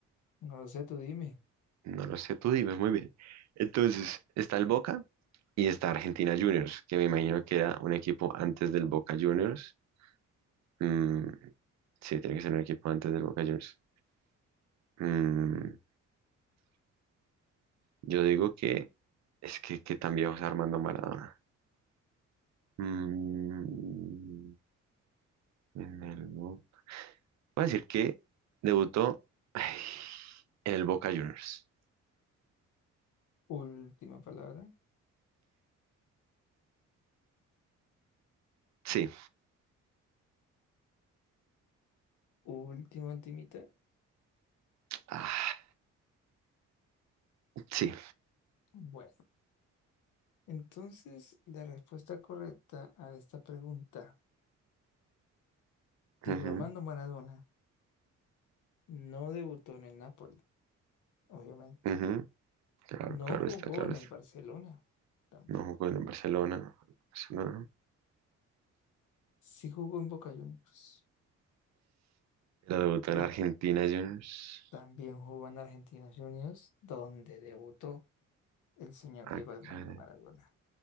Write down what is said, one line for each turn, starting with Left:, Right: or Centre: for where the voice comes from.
Left: no lo sé, tú dime.
Right: No lo sé, tú dime, muy bien. Entonces, está el Boca y está Argentina Juniors, que me imagino que era un equipo antes del Boca Juniors. Mm, sí, tiene que ser un equipo antes del Boca Juniors. Mm, yo digo que es que, que tan viejo es Armando Maradona. Mm, en el Boca. Voy a decir que debutó ay, en el Boca Juniors.
Left: Última palabra.
Right: Sí,
Left: Última, ultimita.
Right: ah, sí.
Left: Bueno, entonces la respuesta correcta a esta pregunta, Diego
Right: Ujú,
Left: Armando Maradona No debutó en el Napoli, obviamente.
Right: ujú, Claro,
Left: No
Right: claro
Left: jugó
Right: está, claro
Left: en
Right: está.
Left: el Barcelona, tampoco.
Right: No jugó en el Barcelona, Barcelona,
Left: Sí jugó en Boca Juniors.
Right: pero debutó
Left: Y
Right: en Argentina Juniors.
Left: también jugó en Argentinos Juniors, donde debutó el señor
Right: Ah,
Left: Diego Armando
Right: caray.
Left: Maradona.